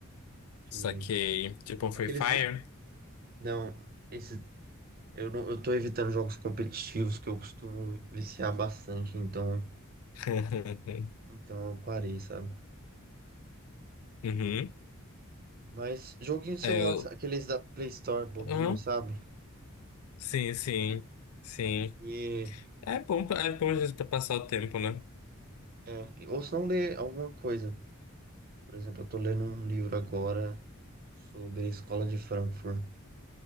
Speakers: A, on the right (about 45°); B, on the left (about 85°).
A: de.
B: Saquei. Tipo um Free
A: Aqueles.
B: Fire?
A: mi- Não, esse. Eu não, eu tô evitando jogos competitivos que eu costumo viciar bastante, então,
B: <laughs>
A: então eu parei, sabe?
B: Uhum.
A: Mas joguinho de celular,
B: É, Eu...
A: sa- aqueles da Play Store bobinho,
B: Uhum.
A: sabe?
B: Sim, sim. Sim.
A: E
B: É bom, pra- é bom às vezes pra passar o tempo, né?
A: é, ou se não ler alguma coisa. Por exemplo, eu tô lendo um livro agora sobre a escola de Frankfurt.